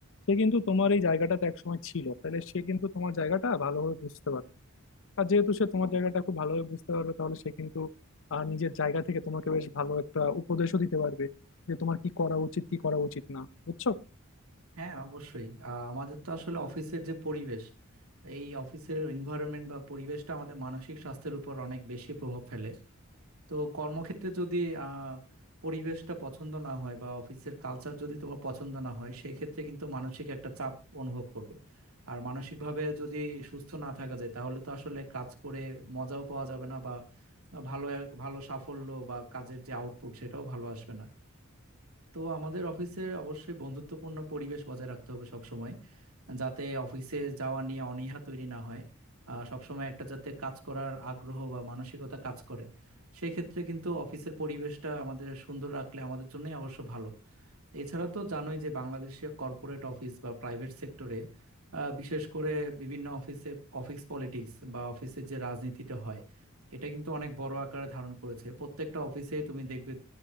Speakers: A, on the left; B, on the right.
A: সে কিন্তু তোমার এই জায়গাটাতে একসময় ছিল তাহলে সে কিন্তু তোমার জায়গাটা ভালোভাবে বুঝতে পারবে আর যেহেতু সে তোমার জায়গাটা খুব ভালোভাবে বুঝতে পারবে তাহলে সে কিন্তু আহ, নিজের জায়গা থেকে তোমাকে বেশ ভালো একটা উপদেশও দিতে পারবে যে তোমার কি করা উচিত কি করা উচিত না বুঝছো
B: হ্যাঁ অবশ্যই আহ, আমাদের তো আসলে অফিসের যে পরিবেশ এই অফিসের এনভায়রনমেন্ট বা পরিবেশটা আমাদের মানসিক স্বাস্থ্যের উপর অনেক বেশি প্রভাব ফেলে তো কর্মক্ষেত্রে যদি আহ, পরিবেশটা পছন্দ না হয় বা অফিসের কালচার যদি তোমার পছন্দ না হয় সেই ক্ষেত্রে কিন্তু মানসিক একটা চাপ অনুভব করবে আর মানসিকভাবে যদি সুস্থ না থাকা যায় তাহলে তো আসলে কাজ করে মজাও পাওয়া যাবে না বা বা ভালো ভালো সাফল্য বা কাজের যে আউটপুট সেটাও ভালো আসবে না তো আমাদের অফিসে অবশ্যই বন্ধুত্বপূর্ণ পরিবেশ বজায় রাখতে হবে সব সময় যাতে অফিসে যাওয়া নিয়ে অনীহা তৈরি না হয় সব সময় একটা যাতে কাজ করার আগ্রহ বা মানসিকতা কাজ করে সেক্ষেত্রে কিন্তু অফিসের পরিবেশটা আমাদের সুন্দর রাখলে আমাদের জন্যই অবশ্য ভালো এছাড়া তো জানোই যে বাংলাদেশে কর্পোরেট অফিস বা প্রাইভেট সেক্টরে বিশেষ করে বিভিন্ন অফিসে অফিস পলিটিক্স বা অফিসের যে রাজনীতিটা হয় এটা কিন্তু অনেক বড় আকারে ধারণ করেছে প্রত্যেকটা অফিসে তুমি দেখবে